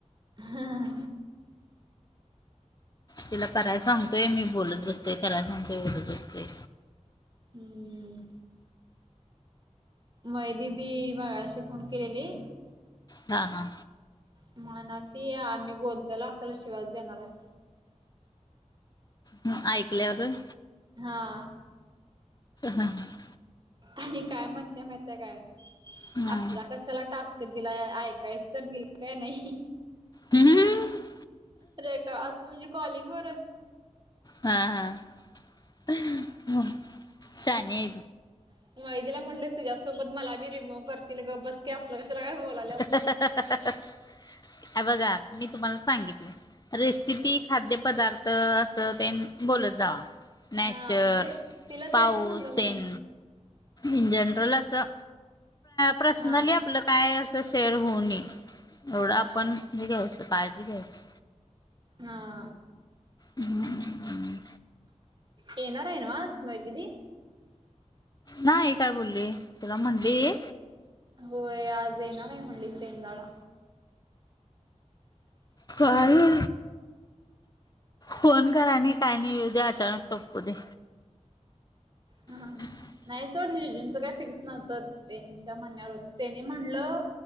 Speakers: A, on the right; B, on the left.
A: हा हा
B: तिला कराय सांगते मी बोलत बसते कराय सांगते बोलत बसते.
A: हमं. मय दिदी मघाशी फोन केलेली.
B: हा हा.
A: म्हणालं ती आम्ही बोलताल आपल्याला शिवास देणार आहे.
B: हम् ऐकल्यावरून
A: हा.
B: हा ह.
A: आणि काय म्हणत्या माहिती हाय काय?
B: हं.
A: असला कशाला टास्क क दिलाय, ऐकायच तर नीट काय नाही?
B: हम्म <unintelligible>
A: रेखा, असं म्हणजे कॉलिंग वरच
B: हा हा, शाणी
A: <unintelligible> तिला म्हटल, तुझ्यासोबत मला बी रिमोव्ह करतील गबस की, असलं कशाला काय बोलाल्यास
B: <unintelligible> हे बघा, मी तुम्हाला सांगितले रेसिपी खाद्यपदार्थ, असं तेन बोलत जावा. नॅचर,
A: हा तिला
B: पाऊस
A: तेच म्हणलो
B: तेन
A: मी
B: इन जनरल असं, पर्सनली
A: हा
B: आपलं काय असं शेअर होऊ नये, एवढं आपण
A: हा
B: हे घ्यायचं, काळजी घ्यायच.
A: हा.
B: हम्म.
A: येणार आहे नव आज मयू दिदी?
B: नाही काय बोलली, तुला म्हणली?
A: होय, आज येणार आहे म्हणली, रेंंदळला
B: सोळावी फोन करायनी काय नाही, येऊ दे, अचानक टपकू दे.
A: हा
B: <unintelligible> <inaudible>
A: नाही सोड, जिज्जूंच काय फिक्स नव्हतं, त्यांच्या म्हणण्यावर होत, त्यांनी म्हणलं